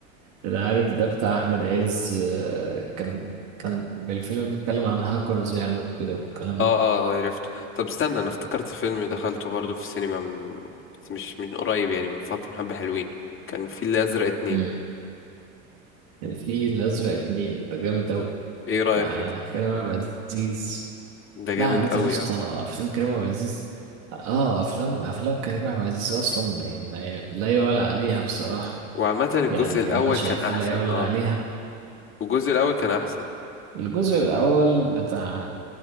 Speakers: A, on the right; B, on the left.
A: اللي عارف ده بتاع احمد عز آه كان كان الفيلم بيتكلم عن هاكرز يعني وكده والكلام
B: <laughs> اه
A: ده
B: اه عرفته طب استنى أنا افتكرت فيلم دخلته برضو في السينما من بس مش من قريب يعني من فترة من حبة حلوين كان في الأزرق اتنين
A: مم. كان في الازرق اتنين ده جامد اوي
B: ايه رأيك
A: مع
B: كده
A: كريم عبد العزيز
B: ده ده
A: لا
B: جامد
A: عامة
B: أوي
A: يا اسطى
B: أوي
A: أفلام كريم عبد العزيز اه أفلام أفلام كريم عبد العزيز أصلا ما ما- لا يعلى عليها بصراحة
B: وعامة الجزء
A: يعني
B: الأول
A: أنا شايفها
B: كان أحسن
A: لا يعلى
B: اه
A: عليها
B: الجزء الأول كان أحسن
A: الجزء الأول بتاع